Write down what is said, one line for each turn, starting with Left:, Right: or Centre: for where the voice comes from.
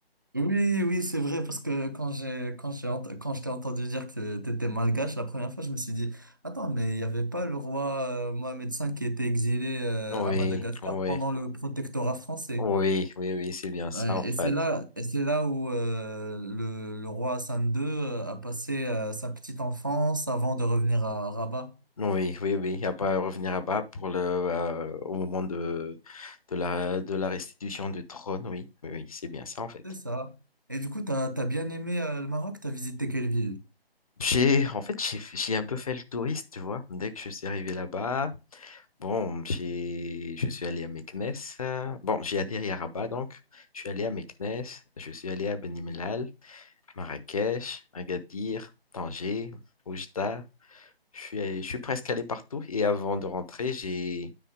Right: Oui, oui, c'est vrai, parce que quand j'ai, quand j'ai, ent- quand je t'ai entendu dire que t'étais malgache la première fois, je me suis dit, attends, mais il n'y avait pas le roi euh, Mohamed V qui était exilé euh,
Left: Oui,
Right: à Madagascar
Left: oui,
Right: pendant le protectorat français.
Left: oui, oui, oui, c'est bien ça
Right: Ouais,
Left: en fait.
Right: et c'est là, et c'est là où euh, le, le roi Hassan II euh, a passé euh, sa petite enfance avant de revenir à Rabat.
Left: Oui, oui, oui, il n'y a pas à revenir à bas pour le, euh, au moment de, de la, de la restitution du trône, oui, oui, oui, c'est bien ça en fait.
Right: C'est ça. Et du coup, t'as, t'as bien aimé euh, le Maroc, t'as visité quelle ville?
Left: J'ai, en fait, j'ai, j'ai un peu fait le touriste, tu vois, dès que je suis arrivé là-bas, bon, j'ai, je suis allé à Meknès, euh, bon, j'ai atterri à Rabat donc, je suis allé à Meknès, je suis allé à Benimlal, Marrakech, Agadir, Tanger, Oujda, Je suis, je suis presque allé partout et avant de rentrer, j'ai,